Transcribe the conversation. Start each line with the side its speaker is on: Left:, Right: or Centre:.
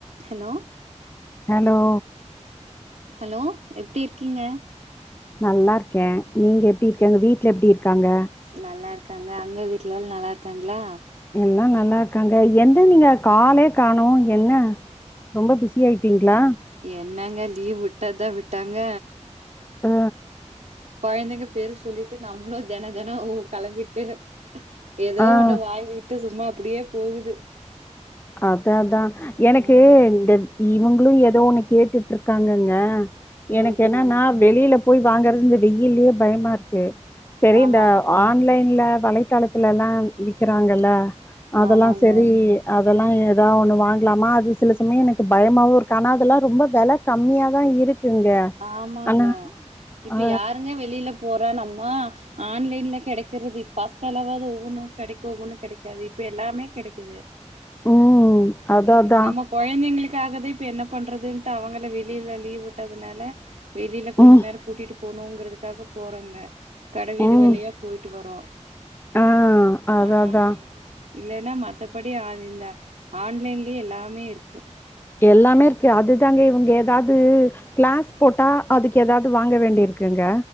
Right: ஹலோ
Left: ஹலோ
Right: ஹலோ எப்டி இருக்கீங்க
Left: நல்லா இருக்கே நீங்க எப்டி இருக்கங்க வீட்டுல எப்டி இருக்காங்க
Right: நல்லா இருக்காங்க அங்க வீட்டுலெல்லா நல்லா இருக்காங்களா
Left: எல்லா நல்லா இருக்காங்க என்து நீங்க காலே காணோ என்ன ரொம்ப பிஸி ஆயிட்டீங்களா
Right: என்னங்க லீவ் விட்டாதுதா விட்டாங்க
Left: ஆ
Right: கொழந்தைங்க பேர சொல்லிட்டு நம்பளு தேனத்தேன ஊ களம்பிட்டு ஏதோ
Left: ஆ
Right: ஒண்ணு வாங்கிகிட்டு சும்மா அப்டியே போகுது
Left: அதா அதா எனக்கு
Right: ஆமாங்க
Left: இந்த இவங்ளு ஏதோ ஒண்ணு கேட்டுட்டிற்க்காங்கங்க
Right: சரி
Left: எனக்கு
Right: சரிங்க
Left: என்னன்னா வெளியில போய் வாங்கறது இந்த வெய்ல்லேயே பயமா இருக்கு செரி
Right: ஆமாங்க
Left: இந்த ஆன்லைன்ல வளை தலத்துல எல்லா விக்கிறாங்கில்ல அதெல்லா
Right: ஆமாங்க
Left: செரி அதெல்லா ஏதா ஒண்ணு வாங்லாமா அது சில சமய எனக்கு பயமாவுருக்கு ஆனா அதெல்லா ரொம்ப வெல கம்மியா தா இருக்குங்க
Right: ஆமாங்க
Left: ஆனா
Right: இப்ப
Left: ஆ
Right: யாருங்க வெளியில போற நம்ம ஆன்லைன்ல கெடைக்கிறது இப் ஃபஸ்ட் எல்லாவாது ஒவ்வொன்னு கெடைக்கு ஒவ்வொன்னு கெடைக்காது இப்ப எல்லாமே கெடைக்கிது
Left: ம் அதா
Right: ம்
Left: அதா
Right: நமக் கொழந்தைங்களுக்காகதா இப்ப என்ன பண்றதுன்ட்டு அவங்களு வெளியில லீவ் வுட்டதுனால வெளியில கொஞ்சோ
Left: ம்
Right: நேர கூட்டிட்டு போனுங்கிறதுக்காக போறோங்க கடைவீதி
Left: ம்
Right: வழியா போய்ட்டு வரோ
Left: ஆ அதா
Right: ஆமாங்க
Left: அதா
Right: இல்லேன்னா மத்தபடி ஆ இந்த ஆன்லைன்லேயே எல்லாமே இருக்கு
Left: எல்லாமே இருக்கு அதுதாங்க இவுங்க ஏதாது கிளாஸ் போட்டா அதுக்கு ஏதாவ்து வாங்க வேண்டி இருக்குங்க